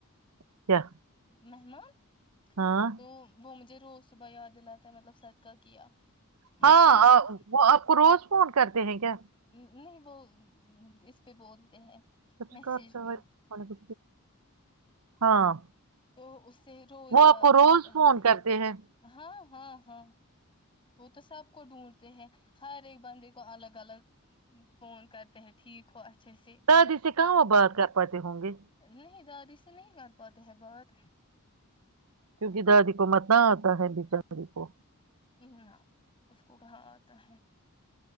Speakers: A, on the right; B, on the left.
A: کیا
B: مہمان چ
A: ہاں
B: تو وہ مجھے ج روز صبح د علاتے ہے مطلب کیا
A: ہاں
B: تو میں نے
A: وہ آپ کو روز فون کرتے ہے گ
B: نہیں وہ اس پہ بولتے ہیں
A: سبسکرائب
B: میسج
A: کرو،
B: پہ
A: فون کو ہاں
B: تو اس سے روز
A: وہ
B: یاد
A: آپ کو روز
B: رہتا
A: فون
B: ہے
A: کرتے ہیں
B: ہاں ہاں ہاں وہ تو سب کو ڈھونڈتے ہیں ہر ایک بندے کو الگ الگ فون کرتے ہیں ٹھیک ہو اچھے سے
A: دادی سے کہاں وہ بات کر پاتے ہوں گے
B: نہیں دادی سے نہیں کر پاتے ہیں بات
A: کیونکہ دادی کو متہ آتا ہے بچی کو
B: نہ اس کو کہا آتا ہے